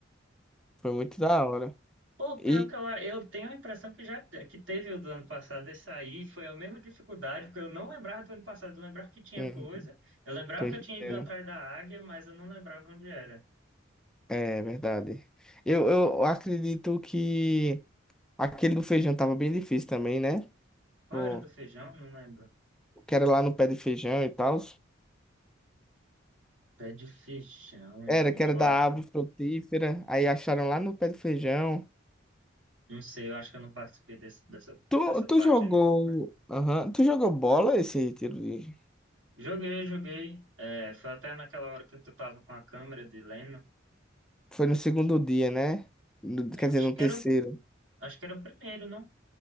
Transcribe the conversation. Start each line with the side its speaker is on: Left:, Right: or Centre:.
Centre: Foi muito da hora.
Right: Pô,
Centre: E.
Right: pior que eu, eu tenho a impressão que já que teve o do ano passado esse aí, foi a mesma dificuldade, porque eu não lembrava do ano passado, eu lembrava que tinha
Centre: Hum,
Right: coisa, eu lembrava
Centre: tô entendendo.
Right: que eu tinha ido atrás da águia, mas eu não lembrava onde era.
Centre: É verdade. Eu, eu acredito que aquele do feijão tava bem difícil também, né?
Right: Qual
Centre: O
Right: era do feijão? Não lembro.
Centre: o que era lá no pé de feijão e tal.
Right: Pé de feijão,
Centre: Era, que era
Right: eu
Centre: da
Right: acho,
Centre: árvore frutífera. Aí acharam lá no pé de feijão.
Right: não sei, eu acho que eu não participei desse, dessa,
Centre: Tu,
Right: dessa parte
Centre: tu jogou.
Right: aí, não, não lembro.
Centre: Aham. Tu jogou bola esse tiro de.
Right: Joguei, joguei, é, foi até naquela hora que tu tava com a câmera de Leno,
Centre: Foi no segundo dia, né? No- Quer
Right: acho
Centre: dizer, no
Right: que
Centre: terceiro.
Right: era, o- acho que era o primeiro, não?